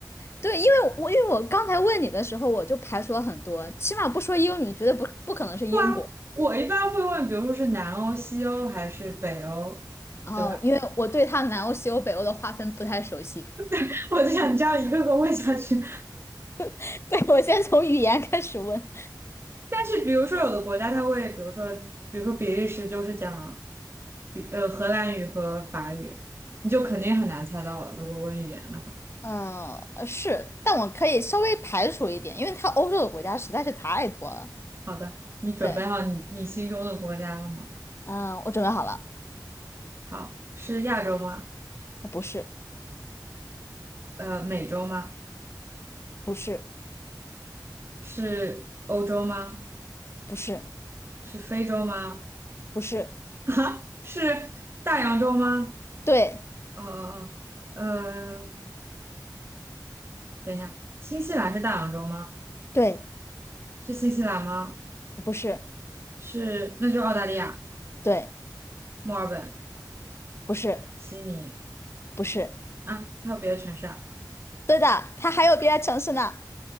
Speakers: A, on the left; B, on the right.
A: 对，因为我因为我刚才问你的时候，我就排除了很多，起码不说英语，绝对不不可能是英国。
B: 哇，我一般会问，比如说是南欧、西欧还是北欧，
A: 哦，
B: 对吧？
A: 因为我对它南欧、西欧、北欧的划分不太熟悉。
B: <laughs> 我就想这样一个个问下去。
A: <laughs> 对，我先从语言开始问。
B: 但是比如说有的国家它会，比如说比如说比利时就是讲。比呃荷兰语和法语，你就肯定很难猜到了。如果问语言的话，
A: 嗯，呃是，但我可以稍微排除一点，因为它欧洲的国家实在是太多了。
B: 好的，你准备好你你心中的国家了吗？
A: 对，嗯，我准备好了，
B: 好，是亚洲吗？
A: 不是，
B: 呃，美洲吗？
A: 不是，
B: 是欧洲吗？
A: 不是，
B: 是非洲吗？
A: 不是。
B: <laughs> 啊，是大洋洲吗？
A: 对
B: 哦哦哦，呃，等一下，新西兰是大洋洲吗？
A: 对，
B: 是新西兰吗？
A: 不是，
B: 是，那就澳大利亚、
A: 对，
B: 墨尔本、
A: 不是，
B: 悉尼
A: 不是，
B: 啊，还有别的城市啊？
A: 对的，它还有别的城市呢。